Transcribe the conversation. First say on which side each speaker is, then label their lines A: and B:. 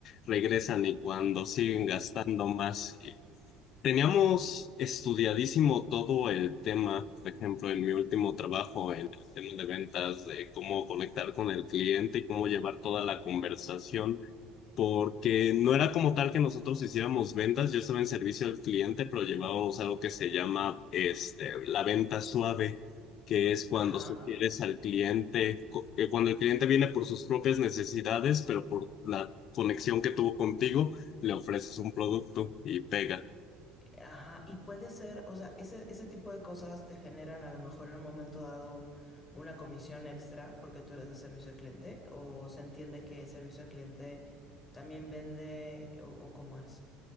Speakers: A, on the left (about 55°); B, on the left (about 25°).
A: regresan y cuando siguen gastando más. Teníamos estudiadísimo todo el tema, por ejemplo, en mi último trabajo, en el tema de ventas, de cómo conectar con el cliente y cómo llevar toda la conversación, porque no era como tal que nosotros hiciéramos ventas, yo estaba en servicio al cliente, pero llevábamos algo que se llama este, la venta suave, que es cuando
B: Ajá.
A: sugieres al cliente, co- eh, cuando el cliente viene por sus propias necesidades, pero por la conexión que tuvo contigo, le ofreces un producto y pega.
B: Ajá, y puede ser, o sea, ese, ese tipo de cosas te generan a lo mejor en un momento dado una comisión extra porque tú eres de servicio al cliente, o se entiende que servicio al cliente también vende, o, o cómo es,